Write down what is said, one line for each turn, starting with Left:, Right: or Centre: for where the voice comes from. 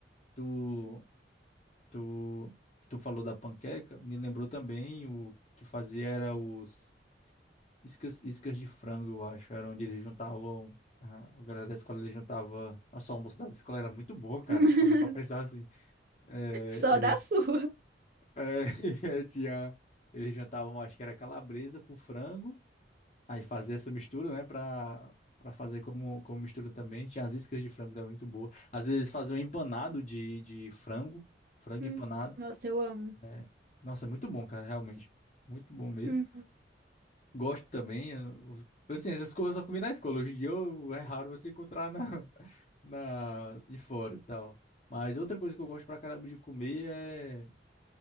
Left: tu, tu, tu falou da panqueca, me lembrou também o que fazia era os iscas, iscas de frango, eu acho, era onde eles juntavam. ah, A galera da escola, eles juntava. Nossa, o almoço das escolas era muito bom, cara.
Right: <laughs>
Left: Falando pra pensar assim. É,
Right: Só
Left: ele,
Right: da sua.
Left: é, <laughs> tinha, eles jantavam, acho que era calabresa com frango. Aí fazia essa mistura, né? Pra, pra fazer como, como mistura também. Tinha as iscas de frango também muito boa. Às vezes eles faziam empanado de, de frango. Frango
Right: Hum,
Left: empanado.
Right: Nossa, eu amo.
Left: né? Nossa, é muito bom, cara, realmente. Muito bom mesmo.
Right: Hum,
Left: Gosto também. Eu, eu, assim, essas coisas eu só comi na escola. Hoje em dia eu- é raro você encontrar na, <laughs> na, em fora e tal. Mas outra coisa que eu gosto pra caramba de comer é